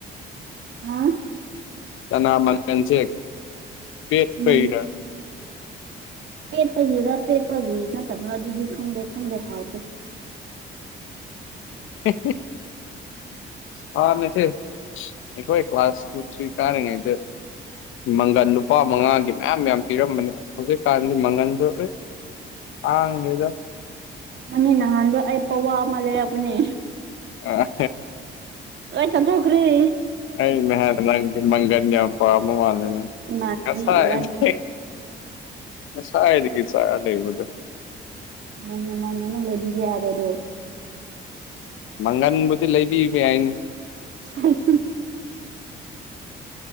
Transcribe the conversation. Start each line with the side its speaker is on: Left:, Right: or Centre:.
Right: ꯍꯨꯝ
Left: ꯅ ꯃꯁꯦ ꯄꯠ
Right: ꯎꯝ
Left: ꯐꯅ <inaudible>
Right: ꯄꯦꯠꯄꯒꯤꯔ ꯄꯦꯠꯄꯒꯤ ꯅꯠꯇꯕ꯭ꯔꯥ ꯑꯗꯨꯗꯤ ꯈꯪꯗꯦ ꯈꯪꯗꯦ ꯍꯥꯎꯇꯦ
Left: ꯍꯦ ꯍꯦ ꯍꯥ ꯃꯦꯊꯦ ꯑꯩꯈꯣꯢ ꯀ꯭ꯂꯥꯁ ꯇꯨ ꯊ꯭ꯔꯤ ꯀꯥꯔꯤꯉꯩꯗ ꯃꯪꯒꯟ ꯂꯨꯄꯥ ꯃꯉꯥꯒꯤ ꯃꯌꯥꯝ ꯃꯌꯥꯝ ꯄꯤꯔꯝꯕꯅꯦ ꯑꯁ ꯍꯧꯖꯤꯛꯀꯥꯟꯗꯤ ꯃꯪꯒꯟꯗꯣ ꯈꯪꯗꯦꯗ
Right: ꯃꯅꯤ ꯅꯍꯥꯟꯗꯣ ꯑꯩ ꯄꯋꯥ ꯑꯃ ꯂꯩꯔꯛꯄꯅꯦ
Left: ꯑ
Right: ꯂꯣꯏ ꯆꯊꯣꯛꯈꯔ꯭ꯦ
Left: ꯑꯩꯅꯥ ꯍꯥꯏꯗꯔꯥ ꯃꯪꯒꯟ ꯌꯥꯝ ꯄꯥꯝꯕ ꯃꯥꯜꯂꯦ
Right: ꯏꯃꯥꯟꯅꯕꯤ
Left: ꯉꯥꯁꯥꯏꯗꯒꯤ
Right: ꯏꯕꯥꯅꯤꯗ
Left: ꯉꯥꯁꯥꯏ ꯗꯒꯤ ꯆꯥꯔꯒꯥ ꯂꯩꯕꯗꯨ
Right: ꯃꯥꯅꯦ ꯃꯥꯅꯦ ꯅꯪ ꯂꯩꯕꯤꯒꯦ ꯍꯥꯏꯕꯗꯣ
Left: ꯃꯪꯒꯟꯕꯨꯗꯤ ꯂꯩꯕꯤꯕ ꯌꯥꯏꯅꯦ
Right: ꯁꯥ <inaudible>